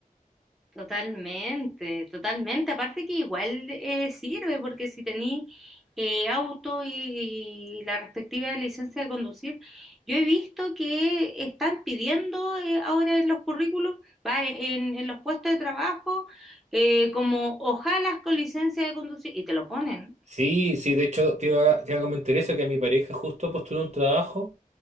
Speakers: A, in the centre; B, on the right.
A: Totalmente, totalmente. Aparte que igual eh, sirve, porque si tení eh, auto y, y la respectiva licencia de conducir, yo he visto que están pidiendo eh, ahora en los currículums, va, en, en los puestos de trabajo, eh, como ojalas con licencia de conducir, y te lo ponen.
B: Sí, sí, de hecho te iba, a- te iba a comentar eso, que mi pareja justo postuló un trabajo